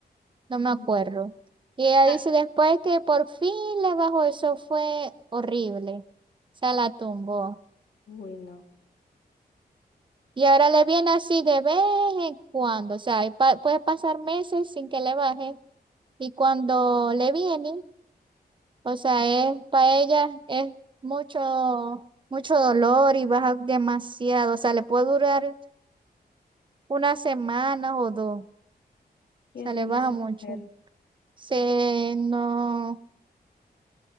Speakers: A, on the right; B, on the left.
A: no me
B: Mm.
A: acuerdo. Y ella
B: Ah,
A: dice después que por fin le bajó, eso fue horrible. Se la tumbó.
B: uy, no.
A: Y ahora le viene así de vez en cuando. O sea, y pa- puede pasar meses sin que le baje. Y cuando le viene, o sea, es para ella es mucho, mucho dolor y baja demasiado. O sea, le puede durar una semana o dos. O
B: Qué
A: sea,
B: horrible
A: le baja
B: esa
A: mucho.
B: mujer.
A: Se no.